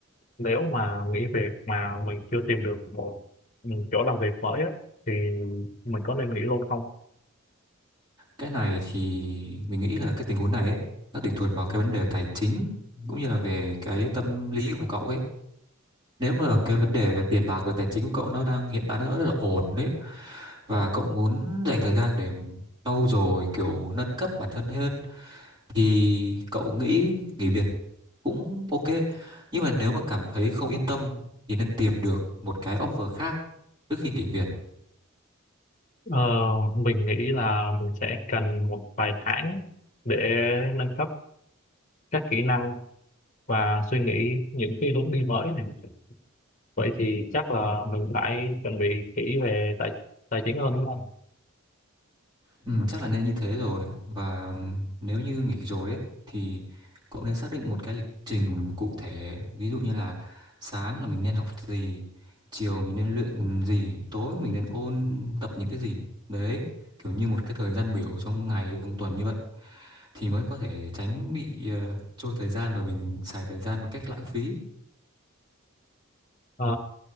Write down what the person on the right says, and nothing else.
Cái này thì mình nghĩ là cái tình huống này ấy, nó tùy thuộc vào cái vấn đề tài chính cũng như là về cái tâm lý của cậu ấy. nếu mà cái vấn đề về tiền bạc và tài chính của cậu nó đang hiện tại nó rất là ổn đấy và cậu muốn dành thời gian để trau dồi kiểu nâng cấp bản thân hơn thì cậu nghĩ nghỉ việc cũng ok nhưng mà nếu mà cảm thấy không yên tâm thì nên tìm được một cái offer khác trước khi nghỉ việc
Ừ, chắc là nên như thế rồi và ừm, nếu như nghỉ rồi ấy thì cậu nên xác định một cái lịch trình cụ thể ví dụ như là sáng là mình nên học gì chiều mình nên luyện gì tối mình nên ôn tập những cái gì đấy kiểu như một cái thời gian biểu trong ngày trong tuần như vậy thì mới có thể tránh bị ờ, trôi thời gian và mình xài thời gian một cách lãng phí